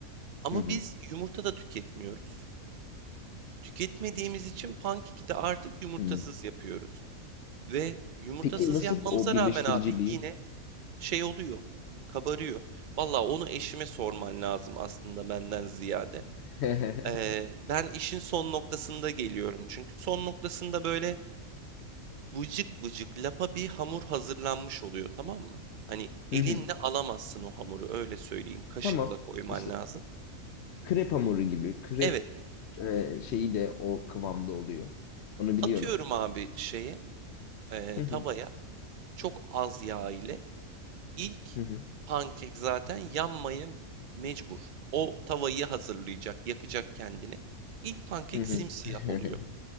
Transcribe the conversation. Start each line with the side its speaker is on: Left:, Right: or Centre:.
Right: Ama
Left: Hı hı.
Right: biz yumurta da tüketmiyoruz. Tüketmediğimiz için pankeki de artık yumurtasız
Left: hı.
Right: yapıyoruz. Ve yumurtasız
Left: Peki nasıl
Right: yapmamıza
Left: o birleştiriciliği?
Right: rağmen abi yine şey oluyor, kabarıyor. Valla onu eşime sorman lazım aslında benden ziyade.
Left: <laughs> Hı
Right: Ee, ben işin son noktasında geliyorum. Çünkü son noktasında böyle vıcık vıcık lapa bir hamur hazırlanmış oluyor tamam mı? Hani
Left: hı.
Right: elinle alamazsın o hamuru öyle söyleyeyim. Kaşıkla
Left: Tamam.
Right: koyman
Left: İşte
Right: lazım.
Left: krep hamuru gibi, krep
Right: Evet
Left: e, şeyi de o kıvamda oluyor. Onu biliyorum.
Right: atıyorum abi şeye e,
Left: Hı
Right: tavaya.
Left: hı
Right: Çok az yağ ile ilk
Left: hı hı
Right: pankek zaten yanmaya mecbur. O tavayı hazırlayacak, yakacak kendini. İlk pankek
Left: hı hı.
Right: simsiyah
Left: <laughs>
Right: oluyor.